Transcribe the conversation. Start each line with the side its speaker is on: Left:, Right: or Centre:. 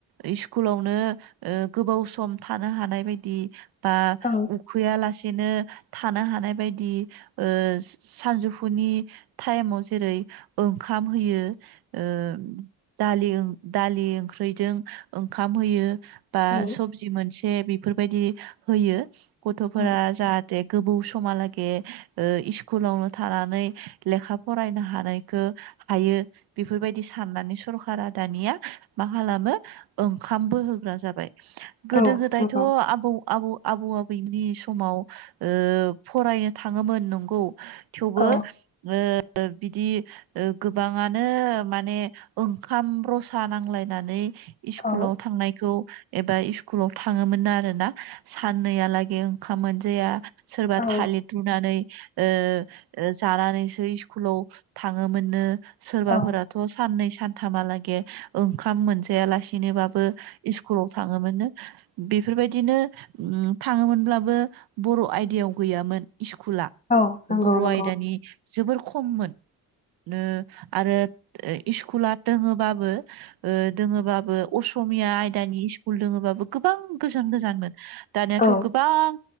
Right: सस्कुलावनो गोबाव सम थानो हानाय बायदि बा
Left: औ
Right: उखैयालासि बिदिनो थानो हानाय बायदि सानजौफुनि टाइमाव जेरै ओंखाम होयो ओ दालि दालि ओंख्रिजों ओंखाम होयो। बा
Left: औ
Right: सबजि मोनसे बेफोर बायदि होयो गथ'फोरा
Left: औ
Right: जा थे गोबौ समहालागे स्कुलावनो थानानै लेखा फरायनो हानायखो हायो बेफोर बायदि साननानै सरखारा दानिया मा खालामो ओंखामबो होग्रा जाबाय गोदो
Left: औ
Right: गोदायथ'
Left: नंगौ
Right: आबौ आबौ आबौ आबौ नि स माव ओ फरायनो थाङोमोन नोंगौ थेवबो
Left: औ
Right: ओ बिदि ओ गोबाङानो माने ओंखाम रसा नांलाय नानै स्कुलाव
Left: औ
Right: थांनायखौ एबा स्कुलाव थाङोमोन आरो ना साननैयालागे ओंखाम मोनजाया सोरबा
Left: औ
Right: थालिर रुनानै ओ ओ जानानैसो स्कुलाव थाङोमोननो सोरबाफोराथ'
Left: औ
Right: साननै सानथामहालागे ओंखाम मोनजायालासिनोबाबो स्कुलाव थाङोमोन बेफोर बायदिनो थाङोमोनब्लाबो बर' आयदायाव गैयामोन स्कुला
Left: औ नंगौ
Right: बर'
Left: नंगौ
Right: आयदानि जोबोर ख खममोन ओ आरो इसकुला दोङोबाबो ओ दोङोबाबो असमिया आयदानि स्कुल दोङोबाबो गोबां गोजान गोजानमोन दानियाथ'
Left: औ
Right: गोबां